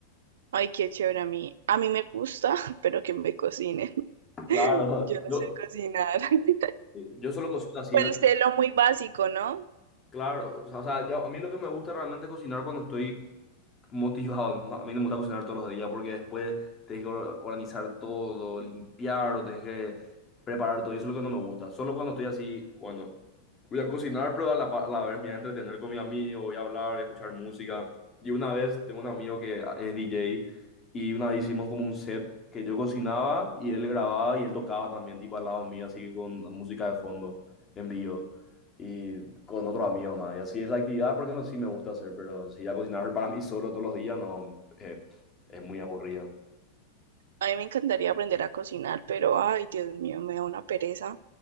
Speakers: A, on the right (about 60°); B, on the left (about 20°).
A: Ay, qué chévere a mí. A mí me gusta, <laughs> pero que me cocinen. <laughs>
B: Claro,
A: Yo no
B: yo,
A: sé cocinar. <laughs>
B: yo solo cocino así,
A: Pues
B: ¿no?
A: sé lo muy básico, ¿no?
B: claro. O sea, o sea, yo- a mí lo que me gusta realmente es cocinar cuando estoy motivado. no, a mí no me gusta cocinar todos los días porque después tenés que or- organizar todo, limpiar o tenés que preparar todo. Y eso es lo que no me gusta. Solo cuando estoy así, bueno, voy a cocinar, pero a la, pa- a la vez me voy a entretener con mi amigo, voy a hablar, voy a escuchar música. Y una vez tengo un amigo que es DJ y una vez hicimos como un set que yo cocinaba y él grababa y él tocaba también, tipo al lado mío, así con música de fondo en vivo y con otros amigos más. Y así esa actividad, por ejemplo, sí me gusta hacer, pero si ya cocinar <laughs> para mí solo todos los días, no, eh, es muy aburrido.
A: A mí me encantaría aprender a cocinar, pero ay, Dios mío, me da una pereza.